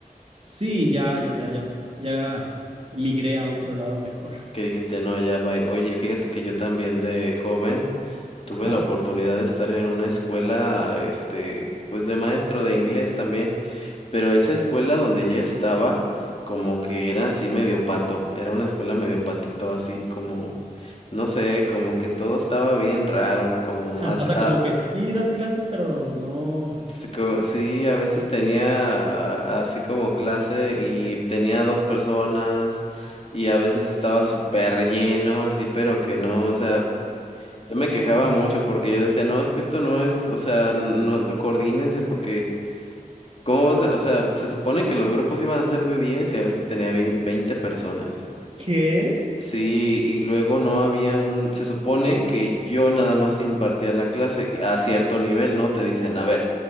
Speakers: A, on the right; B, on the left.
A: Sí, ya, ya, ya, ya, ya migré a otro lado mejor.
B: que dijiste, no, ya va. Oye, fíjate que yo también de joven tuve
A: Ajá.
B: la oportunidad de estar en una escuela, este, pues de maestro de inglés también, pero esa
A: <laughs>
B: escuela donde yo estaba, como que era así medio pato, era una escuela medio patito, así como, no sé, como que todo estaba bien raro, como, así-
A: O sea,
B: ah,
A: como que sí das clases, pero no.
B: sí, co- sí, a veces tenía ah, así como clase y tenía dos personas y a veces estaba súper lleno, así, pero que no, o sea, Yo me quejaba
A: no
B: mucho porque yo decía, no, es que esto no es, o sea, no, no coordínense porque, ¿cómo vas a, o sea, se supone que los grupos iban a ser de 10 y a veces tenía vein- 20 personas.
A: ¿Qué?
B: Sí, y luego no había un, se supone que yo nada más impartía la clase a cierto nivel, ¿no? Te dicen, a ver,